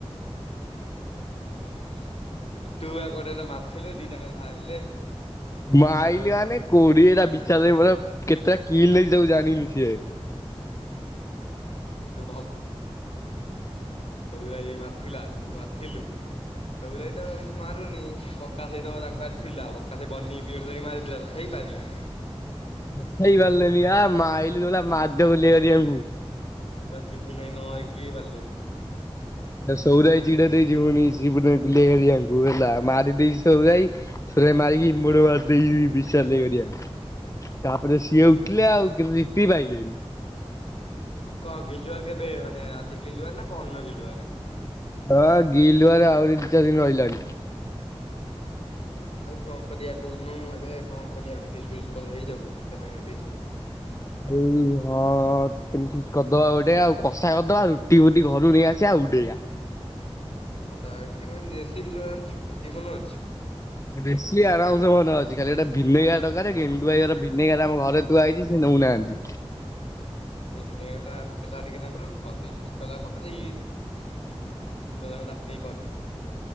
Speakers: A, on the left (about 70°); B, on the left (about 30°).
A: ହଁ ହେଲା ଆଉ ତୁଆ କୁଆଡେ ଏଇନା ମାରଥିଲେ ଦିଟା ଯାକ ହାରିଲେ। ହଁ
B: ମାଇଲି
A: ସଉରା ଭାଇ
B: ମାନେ
A: ତ
B: କୋଡିଏ ଟା ବିଛାସ ହେଇ ପଇଲା। କେତେଟା କିିଲ <unintelligible> ସେ ସବୁ ଜାଣିନି ସିଏ।
A: ଓହୋ ତୁ <unintelligible> ମାରଥିଲା ତୁ ମାରଥିଲୁ। ସଉରାଇ ତ ବେଶୀ ମାରୁନି। ପକ୍କା ସେଇତ ତାଙ୍କର ଥିଲା ପକ୍କା ସେ ବନି <unintelligible> ମାରଥିଲା ତଥାପି ପାରିଲାନି।
B: ତଥାପି ପାରିଲେନି ଆ ମାଇଲୁ <unintelligible> ମାଡ ବୁଲେଇ ହେରିକା ଙ୍କୁ ।
A: ତ ଶିପୁନୁ ଭାଇ ନ ହେଇକି ପାରିଲେନି।
B: ସେଟା ସଉର ଭାଇ ଯେଟା ଦେଇଚି ପୁଣି ସିପୁନୁ ଭାଇ, ଗୁଲା ଭାଇ ହେରିକାଙ୍କୁ। ହେଲା ମାରି ଦେଇଚି ସଉର ଭାଇ। ସଉର ଭାଇ ମାରିକି ମୁଡ ମାର ଦେଇଯିବି ବିସାଲ ଭାଇ ହେରିଆ। ତାପରେ ସିଏ ଉଠିଲେ ଆଉ କିନ୍ତୁ ଜିତି ପାଇଲେନି।
A: ଆଉ କଣ ଗିଲୁଆର କେବେ ମାନେ ଆଜି ଗିଲୁଆର ନା ପରନ ଗିଲୁଆରେ?
B: ହଁ ଗିଲୁଆର ଆହୁରି ଦି ଚାର ଦିନ ରହିଲାଣି।
A: ଓ, ଆଉ କଣ କରିବା କହୁନୁ? ଏବେ କଣ କରିବା ଗୋଟେ ଫିସ୍ ଫିସ୍ କଲେ ହେଇଯାଉଛି ହେନେ ଫିଷ୍ଟ।
B: ବୁଝିଲୁ, ହଁ। ହଁ ଚିକେନ୍ ଫିଷ୍ଟ କରିଦବା ଗୋଟେ ଆଉ। କଷା କରିଦବା ରୁଟି ଫୁଟି ଘରୁ ନେଇ ଆସିବା ଆଉ ଉଦେଇବା।
A: ହଁ ଅଦା ଚିକେନ ରେସିପି ଜାଣିଛୁ ରୋଷେଇ ମନେ ଅଛି?
B: ବେଶି ଆରାମସେ ଭଲ ଅ ଆଜିିକାଲି ଗୋଟେ ଭିନେଗାର ଦରକାର ଗେଣ୍ଡୁ ଭାଇହର ଭିନେଗାର ଆମ ଘରେ ଥୁଆ ହେଇଚି ସେ ନୋଉନାହାନ୍ତି।
A: ହଁ ସେ ଭିନେଗାର ଟା ପକେଇ ଦବା ଟିକେ ନାକୁରୁ କରଦେଇକି ଫିଷ୍ଟ କରିଦେବା ପକେଇଦେଇକି <unintelligible> ହେଟା ପକେଇକି କରିବେ